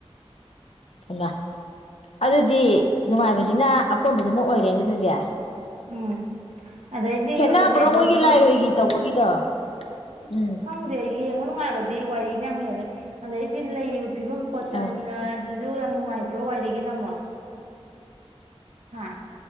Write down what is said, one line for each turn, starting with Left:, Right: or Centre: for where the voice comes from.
Left: ꯍꯩꯃꯥ ꯑꯗꯨꯗꯤ ꯅꯨꯡꯉꯥꯏꯕꯖꯤꯅ ꯑꯀꯣꯟꯕꯗꯨꯅ ꯑꯣꯏꯔꯦꯅꯦ ꯑꯗꯨꯗꯤ
Right: ꯎꯝ ꯑꯗꯩꯗꯤ
Left: ꯈꯦꯠꯅꯕ꯭ꯔꯣ
Right: ꯂꯥꯏꯕꯨꯡꯗꯨꯁꯨ
Left: ꯃꯣꯏꯒꯤ ꯂꯥꯏꯔꯣꯏꯒꯤ ꯇꯧꯕꯒꯤꯗꯣ ꯎꯝ
Right: ꯈꯪꯗꯦ ꯌꯦꯡꯕ ꯅꯨꯡꯉꯥꯏꯕꯗꯤ ꯋꯥꯏꯔꯤꯅ ꯌꯥꯝ ꯍꯦꯜꯂꯦ ꯑꯗꯩꯗꯤ ꯂꯩꯔꯤꯕ ꯐꯤꯕꯝ ꯄꯠꯆꯟ
Left: ꯑꯥ
Right: ꯑꯗꯨꯖꯨ ꯌꯥꯝ ꯅꯨꯡꯉꯥꯏꯇ꯭ꯔꯣ ꯋꯥꯏꯔꯤꯒꯤꯅ ꯑꯃꯨꯛ ꯍꯥ